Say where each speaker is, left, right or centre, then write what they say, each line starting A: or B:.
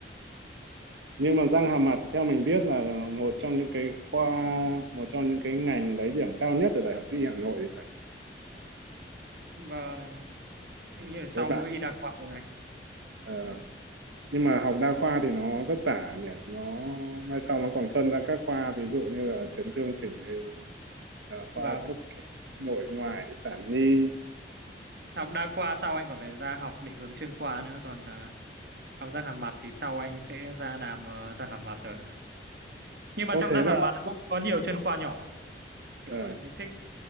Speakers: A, on the right; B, on the right.
A: Nhưng mà răng hàm mặt theo mình biết là một trong những cái khoa, một trong những cái ngành lấy điểm cao nhất ở Đại học Y Hà Nội thì phải.
B: vâng
A: Ừ,
B: Thế như là sau
A: Thế bạn.
B: mỗi y đa khoa rồi anh
A: Ờ. Nhưng mà học đa khoa thì nó vất vả nhỉ. Nó mai sau nó còn phân ra các khoa ví dụ như là chấn thương chỉnh hình, ờ, khoa
B: vâng
A: cấp nội ngoại sản nhi.
B: học đa khoa sau anh còn phải ra học định hướng chuyên khoa nữa còn à, học răng hàm mặt thì sau anh sẽ ra làm ờ, răng hàm mặt rồi nhưng
A: Ô
B: mà trong
A: thế
B: răng
A: là
B: hàm mặt nó cũng có nhiều chuyên khoa nhỏ kiểu
A: ờ,
B: vậy mình thích